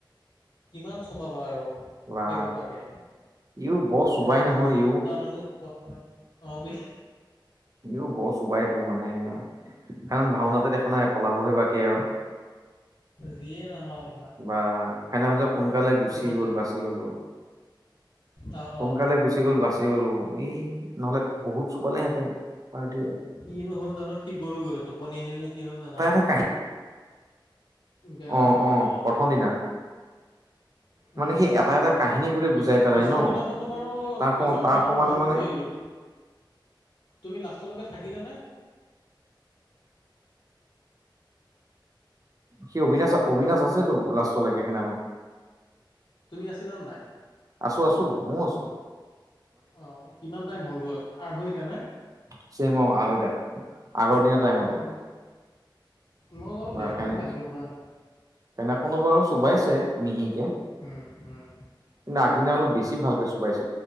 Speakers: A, on the left; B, on the right.
A: ইমান চবাবা আৰু
B: বা
A: সেই সোপাকে
B: ইও বৰ চোবাই
A: তাকে
B: নহয়
A: মুখ, চোখ
B: ইও
A: শোকান হয়, সোপা অ, বে
B: ইউ, বৰ চোবাইতো মানে, কাৰণ ভাওনাতে দেখা নাই, পলাবহে বাকী আৰু।
A: যিয়ে নহক
B: বা সেইদিনাখন যে, সোনকালে গুচি
A: চবতে
B: গল, বাচি গলো।
A: অ
B: সোনকালে
A: অ
B: গুচি গ'ল, বাচি গ'লো এই নহলে বহুত চোবালেহেঁতেন। পাৰ্টিয়ে
A: কিনো হ'ল জানো সি গ'লগৈ, টোপনি আহিল নে, কি হ'ল
B: এটা
A: নাজানো
B: এটা
A: আৰু।
B: কাহিনী
A: বেয়াকৈ
B: অ অ প্ৰথম
A: সি
B: দিনা
A: <inaudible>
B: মানে
A: উম,
B: সি এটা এটা কাহিনী গোটেই
A: পিছ,
B: বুজাই পেলাই
A: পিছৰ
B: ন
A: দিনাখনতো বাৰু
B: তাৰ সমান
A: পিছৰ
B: তাৰ
A: দিনাখন
B: সমান
A: মই গুচি
B: মানে
A: আহিলো। তুমি লাষ্টলৈকে থাকিলানে।
B: সি অবিনাশ অবিনাশ আছেতো লাষ্টলৈকে সেইদিনাখন।
A: তুমি আছিলা নাই
B: আছোঁ, আছোঁ, ময়ো আছোঁ।
A: অ, কিমান টাইম হ'লগৈ আঢ়ৈটা নে।
B: অ, ছেম অ, আঢ়ৈটা আগৰ দিনৰ টাইমতে
A: উম। মই জানো
B: বা
A: ডেৰটামানত
B: সেনে,
A: আহিলো ওলাই।
B: সেনে কোনোবাৰ চোবাইছে মিহিকে।
A: উম উম।
B: কিন্তু আগদিনা অলপ বেছি ভালকে চোবাইছে।